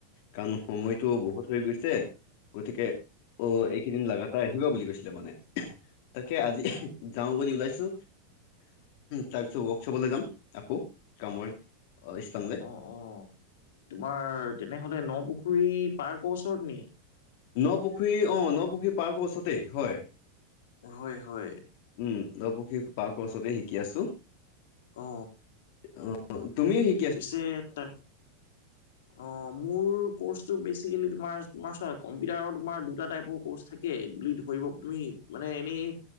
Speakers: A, on the left (about 45°); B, on the left (about 75°).
A: কাৰণ সময়টো বহুত হৈ গৈছে, গতিকে অ এইকেইদিন লাগা। তাই আহিব বুলি কৈছিলে মানে, তাকে আজি যাওঁ বুলি ওলাইছো। তাৰপিছত ৱৰ্কশ্বপলৈ যাম আকৌ কামৰ স্থানলে।
B: অঁ তোমাৰ তেনেহ'লে নপুখুৰী পাৰ্কৰ ওচৰত নি?
A: নপুখুৰী অ নপুখুৰী পাৰ্কৰ ওচৰতেই হয়।
B: হয় হয়।
A: উম ন পুখুৰিৰ পাৰ্কৰ ওচৰতে শিকি আছো।
B: অ।
A: অ তুমি শি
B: পিছে তাক
A: <inaudible>
B: অঁ মোৰ ক'ৰ্চটো বেচিকেলি তোমাৰ তোমাৰ চোৱা কম্পিউটাৰৰ তোমাৰ দুটা টাইপৰ কৰ্চ থাকে বুলি ধৰিব তুমি মানে এনেই